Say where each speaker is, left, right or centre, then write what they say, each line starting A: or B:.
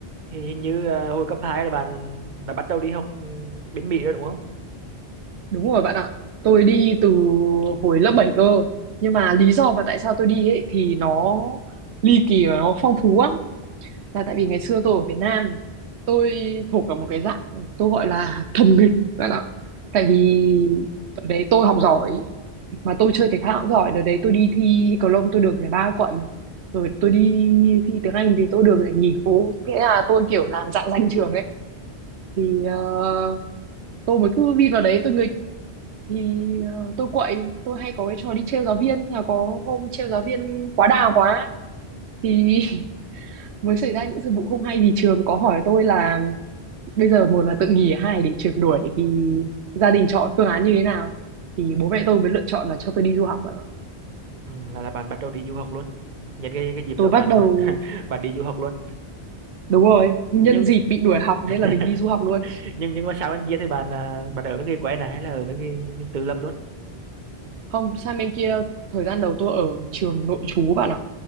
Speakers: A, on the right (about 45°); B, on the right (about 80°).
A: Thì hình như à, hồi cấp 2 là bạn bạn bắt đầu đi học ừ, bên Mỹ rồi đúng không?
B: Đúng rồi bạn ạ. Tôi đi từ hồi lớp 7 cơ. Nhưng mà lý do mà tại sao tôi đi ấy thì nó ly kỳ và nó phong phú lắm. Là tại vì ngày xưa tôi ở Việt Nam, tôi thuộc vào một cái dạng tôi gọi là thầm nghịch bạn ạ. Tại vì đợt đấy tôi học giỏi mà tôi chơi thể thao cũng giỏi. Đợt đấy tôi đi thi cầu lông tôi được giải ba quận. Rồi tôi đi thi tiếng Anh thì tôi được giải nhì phố. Nghĩa là tôi kiểu làm dạng danh trường ấy. Thì ờ, tôi mới cứ vin vào đấy tôi nghịch thì ờ, tôi quậy tôi hay có cái trò đi trêu giáo viên là có hôm trêu giáo viên quá đà quá thì <laughs> mới xảy ra những sự vụ không hay vì trường có hỏi tôi là bây giờ một là tự nghỉ hai để trường đuổi thì gia đình chọn phương án như thế nào thì bố mẹ tôi mới lựa chọn là cho tôi đi du học ạ.
A: Ừ, là là bạn bắt đầu đi du học luôn. Nhân cái cái dịp
B: tôi
A: đó
B: bắt
A: bạn
B: đầu
A: <laughs> bạn đi du học luôn.
B: đúng rồi nhân
A: Nhưng
B: dịp bị đuổi
A: <laughs>
B: học nên là mình đi du học luôn
A: nhưng nhưng mà sau bên kia thì bạn à, bạn ở với người quen này hay là ở với người mình tự lập luôn?
B: không sang bên kia thời gian đầu tôi ở trường nội trú bạn ạ